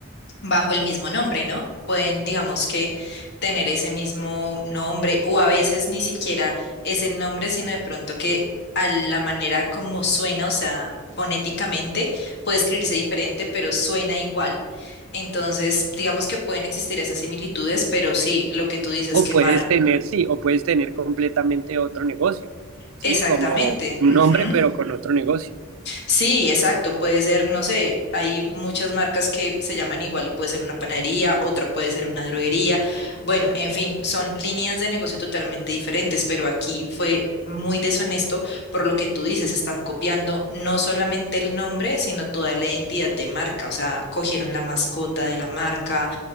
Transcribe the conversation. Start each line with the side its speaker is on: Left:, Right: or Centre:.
Left: bajo el mismo nombre, ¿no? Pueden, digamos que tener ese mismo nombre o a veces ni siquiera es el nombre, sino de pronto que a la manera como suena, o sea, fonéticamente, puede escribirse diferente, pero suena igual. Entonces, digamos que pueden existir esas similitudes, pero sí, lo que tú dices,
Right: O
Left: quemar,
Right: puedes tener, sí, o puedes tener completamente otro negocio, ¿sí?
Left: exactamente.
Right: Como un
Left: Ujú.
Right: nombre, pero con otro negocio.
Left: Sí, exacto. Puede ser, no sé, hay muchas marcas que se llaman igual y puede ser una panadería, otra puede ser una droguería. Bueno, en fin, son líneas de negocio totalmente diferentes, pero aquí fue muy deshonesto por lo que tú dices, están copiando no solamente el nombre, sino toda la identidad de marca. O sea, cogieron la mascota de la marca,